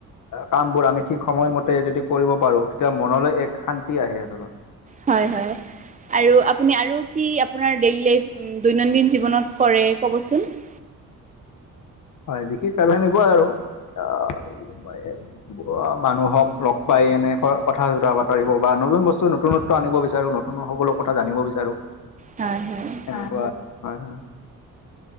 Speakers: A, on the left; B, on the right.
A: কামবোৰ আমি ঠিক সময়মতে যদি কৰিব পাৰোঁ, তেতিয়া মনলৈ এক শান্তি আহে আচলতে।
B: হয়-হয়। <inaudible> আৰু আপুনি আৰু কি আপোনাৰ ডেইলি লাইফ দৈনন্দিন জীৱনত কৰে ক'বচোন? <unintelligible>
A: হয়। বিশেষ কাৰণ সেনেকুৱা আৰু আহ <unintelligible> <unintelligible> মানুহক লগ পাই কিনে কথা-চথা পাতিবৰ বা নতুন বস্তু নতুনত <unintelligible> আনিব বিচাৰো, নতুন সকলো কথা জানিব বিচাৰো।
B: হয়-হয়। <unintelligible>
A: তেনেকুৱা <unintelligible> হয়-হয়।